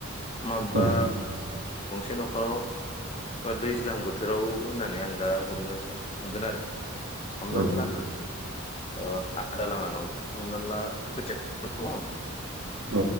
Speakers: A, on the left (about 30°); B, on the right (about 75°).
A: माबा
B: औ
A: गंसे न'खराव एबा दैज्लां बोथोराव होननानै आं दा हमनो थांगोन आरो। हमनानै
B: औ
A: ला ओ आदा लानावनो हमनानैला खोथिया फोनो दङ
B: औ उम औ उम औ